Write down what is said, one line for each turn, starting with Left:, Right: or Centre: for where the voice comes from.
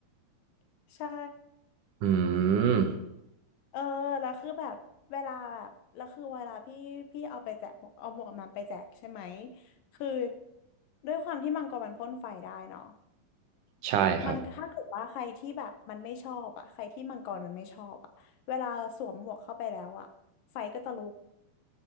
Left: ำใช่
Right: อืม
Left: เออแล้วคือแบบเวลาแบบแล้วคือเวลาพี่พี่เอาไปแจกหมวกเอาหมวกกับน้ำไปแจกใช่ไหมคือด้วยความที่มังกรมันพ่นไฟได้เนาะ
Right: ใช่ครับ
Left: มันถ้าเกิดว่าใครที่แบบมันไม่ชอบอ่ะใครที่มังกรมันไม่ชอบอ่ะเวลาสวมหมวกเข้าไปแล้วอ่ะไฟก็จะลุก